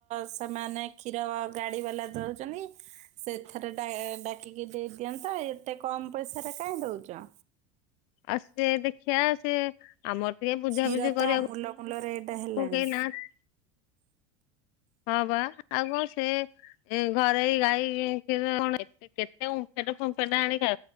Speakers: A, on the right (about 45°); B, on the left (about 65°).
A: ସେମାନେ କ୍ଷୀର ଗାଡ଼ି ବାଲା ଦଉଛନ୍ତି। ସେ ଏଥରେ ଡା ଡାକିକି ଦେଇଦିଅନ୍ତା ଏତେ କମ୍ ପଇସାରେ କାଇ ଦଉଛ‌?
B: ଆଉ ସେ ଦେଖିବା ସେ ଆମର ଟିକେ ବୁଝାବୁଝି
A: କ୍ଷୀର
B: କରିବାକୁ
A: ତ ଅମୂଲ କୁଲ ରେଟ୍ ହେଲାଣି‌।
B: କେହି ନାହାନ୍ତି ହଁ, ବା ଆଉ କ'ଣ ସେ‌ ଏ ଘରେ ଏଇ ଗାଈ କ୍ଷୀର କଣ କତେ କେତେ ଓମ୍ଫେଡ୍ ଫୋମ୍ଫେଟ୍ ଆଣିକି ଖା